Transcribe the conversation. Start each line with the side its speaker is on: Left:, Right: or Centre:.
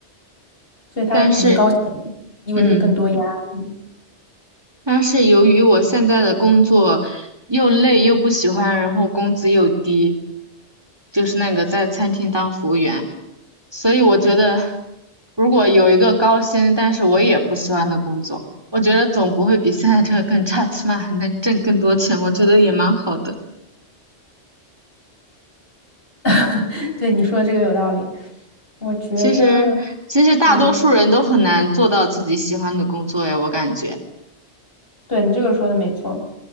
Left: 所以它可能高薪
Right: 但是
Left: 意味着更多压力。
Right: 嗯。但是由于我现在的工作又累又不喜欢，然后工资又低，就是那个在餐厅当服务员，所以我觉得如果有一个高薪，但是我也不喜欢的工作，我觉得总不会比现在这个更差，起码还能挣更多钱，我觉得也蛮好的。
Left: <laughs> 对，你说的这个有道理。我觉得，
Right: 其实，其实大多数人都很难做到自己喜欢的工作呀，
Left: 嗯，
Right: 我感觉。
Left: 对你这个说的没错。